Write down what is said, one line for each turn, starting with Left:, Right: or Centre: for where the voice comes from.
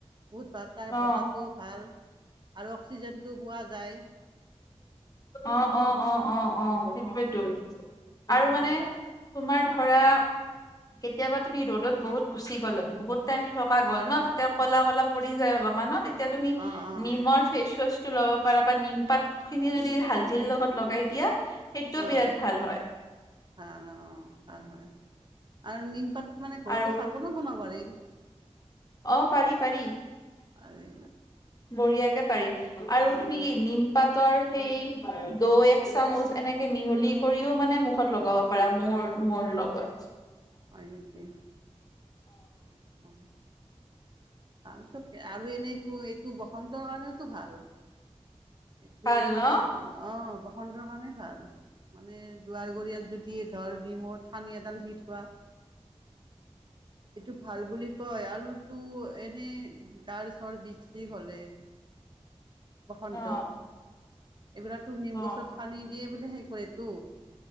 Right: বহুত ভাত তাৰ
Left: ন। অ',
Right: বতাহটোও ভাল আৰু অক্সিজেনটোও পোৱা যায়।
Left: অ', অ', অ', অ ', অ',।
Right: এইটো
Left: আৰু মানে
Right: ভাল
Left: তোমাৰ ধৰা কেতিয়াবা তুমি ৰ'দত বহুত গুচি গ'ল বহুত টাইম থকা গ'ল ন তেতিয়া ক'লা ক'লা পৰি যায় অলপ অলমানত এতিয়া তুমি
Right: অঁ অঁ
Left: নিমৰ ফেচ ৱাচটো ল'ব পাৰা বা নিম পাত খিনি যদি হালধিৰ লগত লগাই দিয়া সেইটোও
Right: অ',
Left: বিৰাট ভাল হয়।
Right: ভাল অ', ভাল হয় আৰু নিমপাত মানে ঘৰতো
Left: আৰু
Right: চাবনো বনাব পাৰ এই
Left: অ', পাৰি পাৰি
Right: পাৰি
Left: বঢ়িয়াক আৰু তুমি
Right: অ
Left: নিম পাত ৰ সেই দ এক চামুচ এনেকে মিহলি কৰিও মানে মুখত লগাব পাৰা মোৰ মোৰ লগত
Right: হয় নেকি অ', অ',। আৰু চব আৰু এনেইতো এইটো বসন্তৰ কাৰণেওতো ভাল। এইটো
Left: ভাল ন
Right: মানে অ বসন্ত কাৰণে ভাল মানে দুৱাৰ গৰিয়াত যদি ধৰ ডম ঠানি এডাল দি থোৱা
Left: <unintelligible>
Right: এইটো ভাল বুলি কয় আৰুতো এনেই গাৰ ধৰ বিষ হলে
Left: <unintelligible>
Right: বসন্তত
Left: অ
Right: এইবিলাকো নিম
Left: অ
Right: গছত
Left: অ
Right: ঠানি দিয়ে বোলে হেই কৰে তো